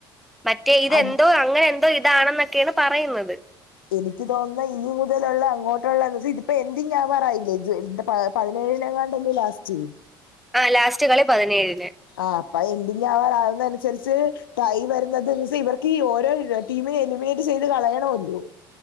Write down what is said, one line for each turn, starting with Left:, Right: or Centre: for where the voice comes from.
Centre: മറ്റേ ഇതെന്തോ
Left: അത്
Centre: അങ്ങനെന്തോ ഇതാണെന്നൊക്കേണ് പറയുന്നത്
Left: എനിക്ക് തോന്ന ഇനി മുതല്ള്ള അങ്ങോട്ട്ള്ള എൻസി ഇത്പെൻഡിങ്ങാവാറായില്ലേ <unintelligible> പതിനേഴിനങ്ങാണ്ടല്ലേ ലാസ്റ്റ്
Centre: ആഹ് ലാസ്റ്റ് കളി പതിനേഴിന്
Left: ആഹ് അപ്പ എൻഡിംഗാവാനാവുന്നൻസ്ര്ച് ടൈമരുന്നത് നുസി ഇവർക്ക് ഈ ഓരോര ടീമിനേം എലിമിനേറ്റ് ചെയ്ത് കളയാണോല്ലോ